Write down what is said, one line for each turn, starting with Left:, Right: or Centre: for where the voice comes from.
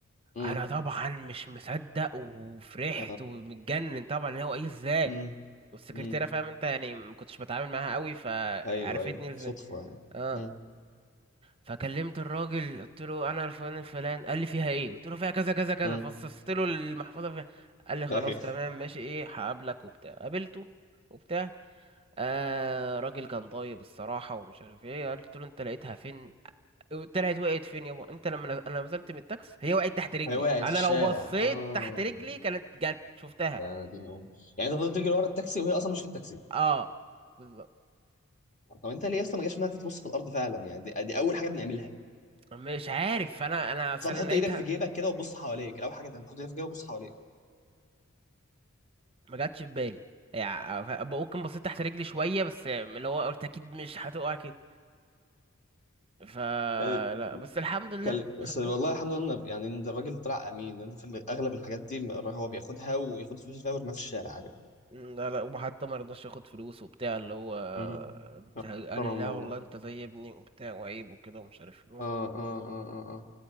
Left: امم
Right: أنا طبعا مش مصدق وفرحت
Left: اه
Right: ومتجنن طبعا اللي هو إيه إزاي
Left: امم
Right: والسكرتيره
Left: امم
Right: فاهم انت يعني ما كنتش بتعامل معاها قوي فعرفتني
Left: ايوه ايوه
Right: ازاي
Left: صدفه يعني
Right: اه
Left: امم
Right: فكلمت الراجل قلت له انا الفلان الفلان قال لي فيها ايه قلت له فيها كذا كذا كذا
Left: امم
Right: فصصت له المحفظه فيها قال لي خلاص
Left: ايوه
Right: تمام ماشي ايه هقابلك وبتاع قابلته وبتاع آه راجل كان طيب الصراحه ومش عارف ايه قلت له انت لقيتها فين طلعت وقعت فين يابا انت لما انا نزلت من التاكس هي وقعت تحت رجلي
Left: هي وقعت
Right: انا
Left: في الشارع
Right: لو بصيت
Left: اه
Right: تحت رجلي كانت جت شفتها
Left: يا دين ام يعني انت فضلت تجري ورا التاكسي وهي اصلا مش في التاكسي
Right: اه بالظبط
Left: طب انت ليه اصلا ما جاش في دماغك تبص في الارض فعلا يعني دي, دي اول حاجه بنعملها
Right: مش عارف انا انا اصل
Left: بس بحط
Right: انا لقيتها
Left: ايدك في جيبك كده وتبص حواليك الاول حاجه تعمل، تحط ايدك في جيبك وتبص حواليك
Right: ما جاتش في بالي يعني ممكن بصيت تحت رجلي شوية بس اللي هو قلت أكيد مش هتقع كده فلا
Left: يعني
Right: بس الحمد لله
Left: كان بس
Right: خدتها
Left: والله الحمد لله إن- يعني ان الراجل طلع امين لان في اغلب الحاجات دي هو بياخدها وياخد فلوس فيها ويرميها في الشارع عارف
Right: م، لا لا وحتى ما رضاش ياخد فلوس وبتاع اللي هو
Left: مم. آه،
Right: قال
Left: محترم
Right: لي لا
Left: والله
Right: والله انت زي ابني وبتاع وعيب وكده ومش عارف ايه بس
Left: اه اه اه اه اه